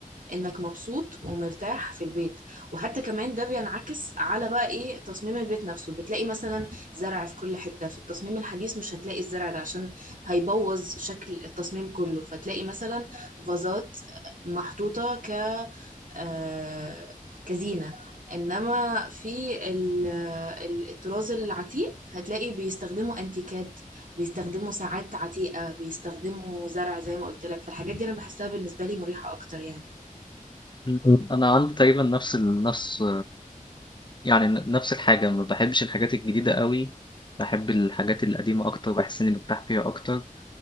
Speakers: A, on the right; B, on the left.
A: انك مبسوط ومرتاح في البيت وحتى كمان ده بينعكس على بقى ايه تصميم البيت نفسه بتلاقي مثلا زرع في كل حتة في التصميم الحديث مش هتلاقي الزرع ده عشان هيبوظ شكل التصميم كله فتلاقي مثلا فازات محطوطة ك آه، كزينة انما في ال- ال- الطراز العتيق هتلاقي بيستخدموا انتيكات بيستخدموا ساعات عتيقة بيستخدموا زرع زي ما قلت لك فالحاجات دي انا بحسها بالنسبة لي مريحة اكتر يعني
B: مم. أنا عندي تقريبا نفس ال- نفس يعني نفس الحاجة ما بحبش الحاجات الجديدة قوي بحب الحاجات القديمة أكتر بحس إني برتاح فيها أكتر